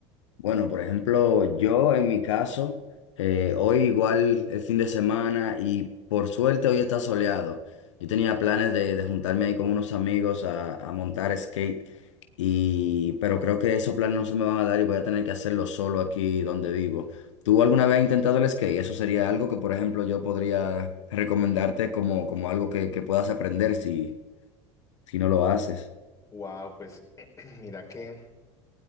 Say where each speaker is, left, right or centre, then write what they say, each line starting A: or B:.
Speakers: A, on the left; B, on the left.
A: Bueno, por ejemplo, yo en mi caso, eh, hoy igual el fin de semana y por suerte hoy está soleado. Yo tenía planes de, de juntarme ahí con unos amigos a, a montar skate, y, pero creo que esos planes no se me van a dar y voy a tener que hacerlo solo aquí donde vivo. ¿Tú alguna vez has intentado el skate? Eso sería algo que, por ejemplo, yo podría recomendarte como, como algo que, que puedas aprender si, si no lo haces.
B: Wow, pues <clears throat> mira que